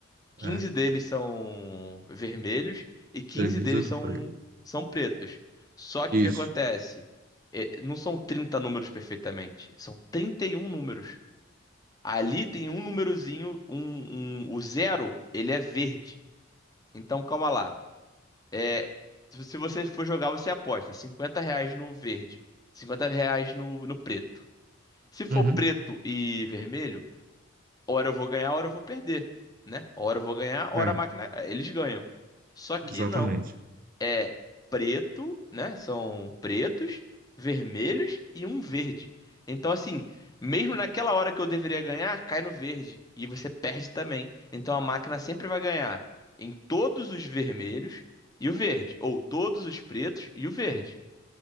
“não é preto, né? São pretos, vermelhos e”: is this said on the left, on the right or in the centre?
Left